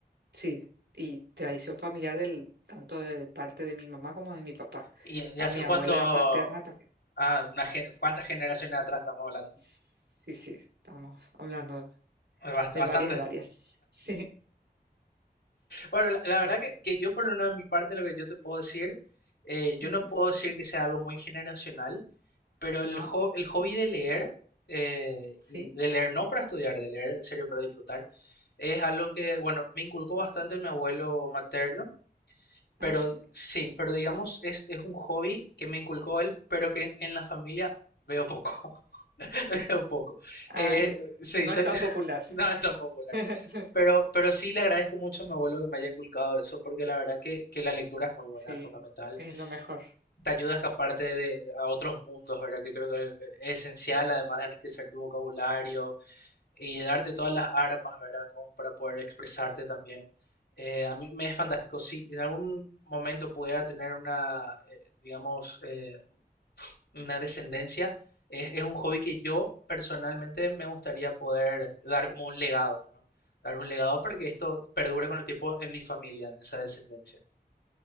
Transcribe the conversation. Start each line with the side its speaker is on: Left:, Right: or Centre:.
Right: sí. Y tradición familiar del, tanto de parte de mi mamá como de mi papá.
Left: ¿Y de
Right: A
Left: hace
Right: mi
Left: cuánto?
Right: abuela paterna también.
Left: Ah, una gen- ¿cuántas generaciones atrás estamos hablando?
Right: Sí, sí, estamos hablando.
Left: Bast-
Right: de
Left: Bastante.
Right: varias, varias. <laughs> Sí,
Left: Bueno, la,
Right: sí,
Left: la verdad
Right: sí.
Left: que, que yo por lo menos de mi parte lo que yo te puedo decir, eh, yo
Right: Ujú.
Left: no puedo decir que sea algo muy generacional, pero
Right: No,
Left: el, ho- el hobby de leer, eh,
Right: sí.
Left: y de leer no para estudiar, de leer en serio para disfrutar, es algo que, bueno, me inculcó bastante mi abuelo materno,
Right: Ah,
Left: pero
Right: sí.
Left: sí, pero digamos, es, es un hobby que me inculcó él, pero que en la familia veo poco. <laughs> un poco.
Right: Ah,
Left: Eh,
Right: no,
Left: sí,
Right: no
Left: soy-
Right: es tan
Left: <laughs>
Right: popular.
Left: no es tan popular.
Right: <laughs>
Left: Pero, pero sí le agradezco mucho a mi abuelo que me haya inculcado eso, porque la verdad que, que la lectura es muy buena,
Right: Sí,
Left: es fundamental.
Right: es lo mejor.
Left: Te ayuda a escaparte de, a otros mundos, ¿verdad? Que creo que es esencial, además de enriquecer tu vocabulario y darte todas las armas, ¿verdad? Como para poder expresarte también. Eh, a mí me es fantástico. Si en algún momento pudiera tener una, eh, digamos, eh, una descendencia, es, es un hobby que yo personalmente me gustaría poder dar como un legado, ¿no? Dar un legado para que esto perdure con el tiempo en mi familia, en esa descendencia.